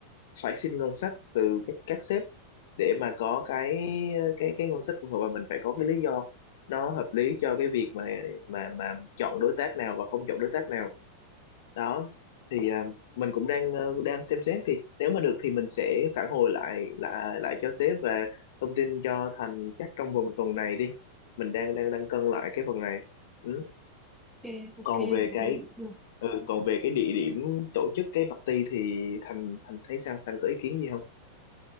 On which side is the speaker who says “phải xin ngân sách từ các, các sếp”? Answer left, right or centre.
Left